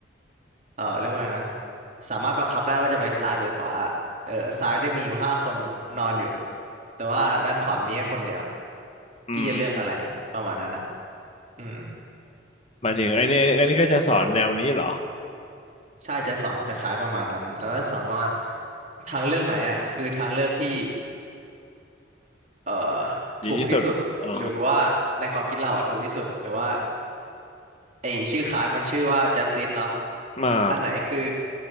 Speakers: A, on the right; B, on the left.
A: เออเรียกว่าไงนะสามารถบังคับได้ว่าจะไปซ้ายหรือขวาเออซ้ายจะมีอยู่ห้าคนนอนอยู่แต่ว่าด้านขวามีแค่คนเดียว
B: อืม
A: พี่จะเลือกอะไรประมาณนั้นอ่ะอืม
B: หมายถึงไอ้นี่อันนี้ก็จะสอนแนวนี้เหรอ
A: ใช่จะสอนคล้ายๆประมาณนั้นแล้วก็สอนว่าทางเลือกไหนอ่ะคือทางเลือกที่เอ่อ
B: ดีที่สุดอ๋อ
A: ถูกที่สุดหรือว่าในความคิดเราอ่ะถูกที่สุดหรือว่าไอชื่อคลาสมันชื่อว่า justice เนาะ
B: มา
A: อันไหนคือ